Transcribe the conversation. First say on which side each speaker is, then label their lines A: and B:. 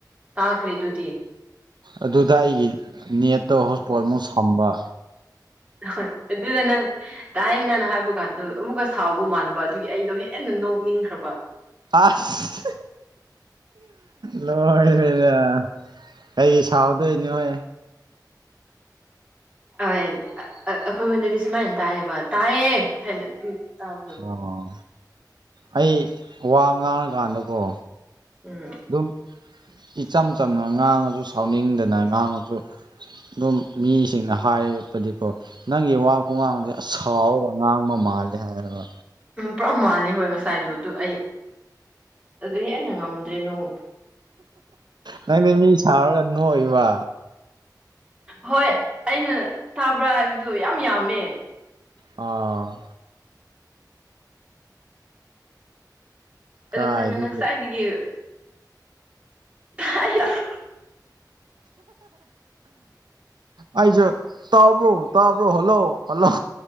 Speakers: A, on the right; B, on the right.
A: ꯇꯥꯈ꯭ꯔꯦ ꯑꯗꯨꯗꯤ
B: ꯑꯗꯨꯗ ꯑꯩꯒꯤ ꯅꯦꯠꯇꯣ ꯍꯣꯁꯄꯣꯠꯃꯨꯛ ꯁꯝꯕ
A: ꯍꯣꯏ ꯑꯗꯨꯗꯅꯪ ꯇꯥꯏ ꯅꯪꯅ ꯍꯥꯏꯕ ꯀꯥꯟꯗꯨ ꯑꯃꯨꯛꯀꯥ ꯁꯥꯎꯕ ꯃꯥꯟꯕ ꯑꯗꯨꯒꯤ ꯑꯩꯗꯣ ꯍꯦꯟꯅ ꯅꯣꯛꯅꯤꯡꯈ꯭ꯔꯕ
B: ꯑꯁ ꯂꯣꯏꯔꯦꯅꯦ ꯀꯩꯒꯤ ꯁꯥꯎꯗꯣꯏꯅꯣ ꯍꯥꯏ
A: ꯑꯩꯈꯣꯏ ꯉꯣꯟꯗꯥꯗꯤ ꯁꯨꯃꯥꯏꯅ ꯇꯥꯏꯌꯦꯕ ꯇꯥꯏꯌꯦ ꯍꯥꯏꯅ ꯇꯕꯗꯣ
B: ꯑꯣ ꯑꯩ ꯋꯥ ꯉꯥꯡꯔꯀꯥꯟꯗꯀꯣ
A: ꯎꯝ
B: ꯑꯗꯨꯝ ꯏꯆꯝ ꯆꯝꯅ ꯉꯥꯡꯉꯁꯨ ꯁꯥꯎꯅꯤꯡꯗꯅ ꯉꯥꯡꯉꯁꯨ ꯑꯗꯨꯝ ꯃꯤꯁꯤꯡꯅ ꯍꯥꯏꯔꯕꯗꯤꯀꯣ ꯅꯪꯒꯤ ꯋꯥ ꯈꯨꯉꯥꯡꯁꯦ ꯑꯁꯥꯎꯔꯒ ꯉꯥꯡꯕ ꯃꯥꯜꯂꯦ ꯍꯥꯏꯌꯦꯕ
A: ꯎꯝ ꯄꯨꯔꯥ ꯃꯥꯜꯂꯦ ꯍꯣꯏ ꯉꯁꯥꯏꯗꯨ ꯑꯗꯨ ꯑꯩ ꯑꯗꯨ ꯍꯦꯟꯅ ꯉꯝꯗ꯭ꯔꯦ ꯅꯣꯡ ꯫
B: ꯅꯪꯗꯤ ꯃꯤ ꯁꯥꯥꯎꯔꯒ ꯅꯣꯛꯏꯕ
A: ꯍꯣꯏ ꯑꯩꯅ ꯇꯕ꯭ꯔꯥ ꯍꯥꯏꯕꯗꯨ ꯌꯥꯝ ꯌꯥꯝꯃꯦ
B: ꯑꯥ ꯀꯥꯏꯗꯒꯤ
A: ꯑꯗꯣ ꯅꯪꯅ ꯅꯪꯁꯋꯥꯏꯗꯒꯤ <unintelligible>
B: ꯑꯩꯖꯨ ꯇꯥꯕ꯭ꯔꯣ ꯇꯥꯕ꯭ꯔꯣ ꯍꯜꯂꯣ ꯍꯜꯂꯣ